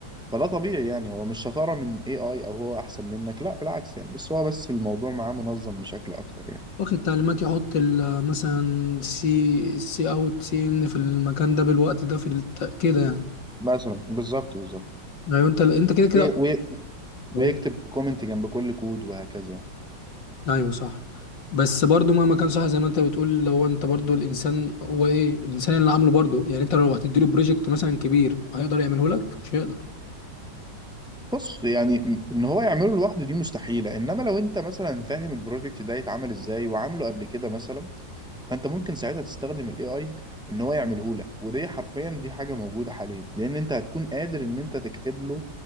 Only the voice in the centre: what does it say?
فده طبيعي يعني هو مش شطارة من AI أو هو أحسن منك لا بالعكس يعني بس هو بس الموضوع معاه منظم بشكل أكتر يعني
مثلا بالظبط بالظبط
وي- وي-
ويكتب كومنت جنب كل كود وهكذا
بص يعني م- إن هو يعمله لوحده دي مستحيلة إنما لو أنت مثلا فاهم البروجكت ده يتعمل إزاي وعامله قبل كده مثلا فانت ممكن ساعتها تستخدم الاي اي ان هو يعمله لك ودي حرفيا دي حاجه موجوده حاليا لان انت هتكون قادر ان انت تكتب له